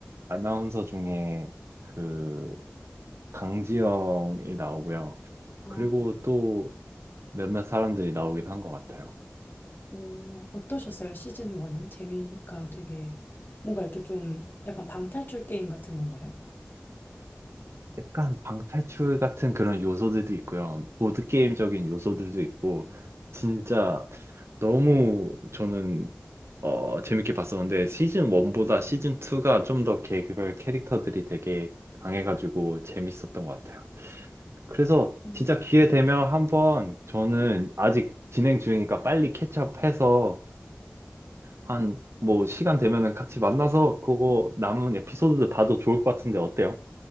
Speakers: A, on the right; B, on the left.
A: 아나운서 중에 그 강지영이 나오고요.
B: 아,
A: 그리고 또 몇몇 사람들이 나오긴 한 것 같아요.
B: 어, 어떠셨어요? 시즌 1은 재미가 되게 뭔가 이렇게 좀 약간 방탈출 게임 같은 건가요?
A: 약간 방탈출 같은 그런 요소들도 있고요. 보드게임적인 요소들도 있고 진짜 너무 저는 어, 재밌게 봤었는데 시즌 1보다 시즌 2가 좀 더 개별 캐릭터들이 되게 강해가지고 재밌었던 것 같아요. 그래서
B: 음.
A: 진짜 기회 되면 한번 저는 아직 진행 중이니까 빨리 캐치업해서 한 뭐 시간 되면은 같이 만나서 그거 남은 에피소드들 봐도 좋을 것 같은데 어때요?